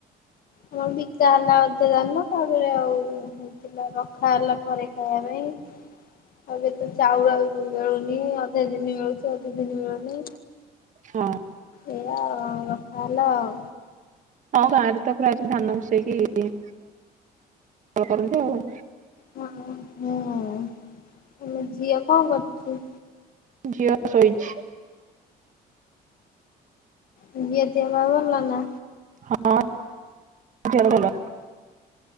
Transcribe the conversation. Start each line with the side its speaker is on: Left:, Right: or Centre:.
Left: ଆମର ବିକା ହେଲା ଅଧେ ଧାନ ତାପରେ ଆଉ ରଖା ହେଲା ଘରେ ଖାଇବା ପାଇଁ। ଏବେ ତ ଚାଉଳ ମିଳୁନି ଅଧେ ଦିନ ମିଳୁଛି ଅଧେ ଦିନ ମିଳୁନି।
Right: ହଁ।
Left: ଏଇଆ ରଖା ହେଲା ଆଉ।
Right: ଆମ ଗାଁ ରେ ତ ପ୍ରାୟ ଧାନ ମିସେଇକି କରନ୍ତି ଆଉ।
Left: ହଁ ହୁଁ ତମ ଝିଅ କଣ କରୁଚି?
Right: ଝିଅ ଶୋଇଛି।
Left: ଦିହ ପା ଭଲ ନା?
Right: ହଁ ଝିଅର ଭଲ।